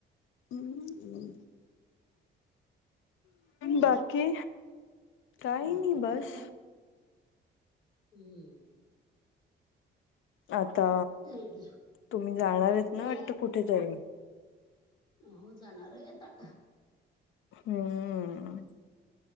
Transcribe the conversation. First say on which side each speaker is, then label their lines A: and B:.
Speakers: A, on the left; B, on the left.
A: हम् हम्.
B: मग
A: बाकी? काही
B: बाकी
A: नाही बस.
B: काही नाही हम्म.
A: आता
B: लेट
A: तुम्ही जाणार आहेत ना
B: लेट
A: वाटत कुठेेतरी?
B: हो जाणार आहे आता.
A: हम्म